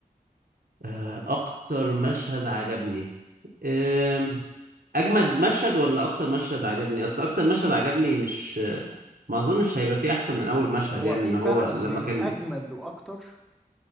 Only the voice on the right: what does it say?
آه، اكتر مشهد عجبني آم، اجمد مشهد ولا اكتر مشهد عجبني اصل اكتر مشهد عجبني مش ما اظنش هيبقى فيه احسن من اول مشهد
يعني
ان
هو لما
كان